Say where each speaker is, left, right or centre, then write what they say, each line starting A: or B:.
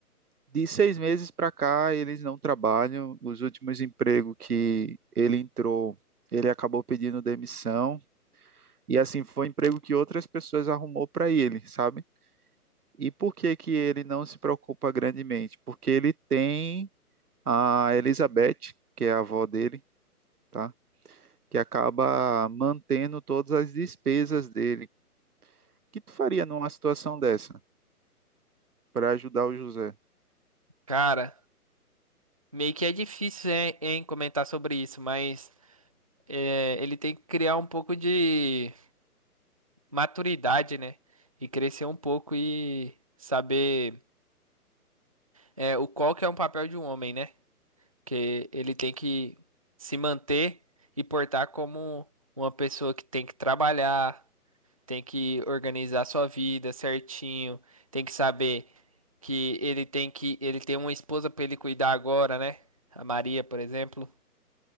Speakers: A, on the right; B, on the right.
A: De seis meses para cá, eles não trabalham. Os últimos empregos que ele entrou, ele acabou pedindo demissão. E assim, foi um emprego que outras pessoas arrumou para ele, sabe? E por que que ele não se preocupa grandemente? Porque ele tem a Elizabeth, que é a avó dele, tá? Que acaba mantendo todas as despesas dele. O que tu faria numa situação dessa para ajudar o José?
B: Cara, meio que é difícil, hein, hein, comentar sobre isso, mas é, ele tem que criar um pouco de maturidade, né? E crescer um pouco e saber é, o qual que é um papel de um homem, né? que ele tem que se manter e portar como uma pessoa que tem que trabalhar, tem que organizar sua vida certinho, tem que saber que ele tem que ele tem uma esposa para ele cuidar agora, né? A Maria, por exemplo.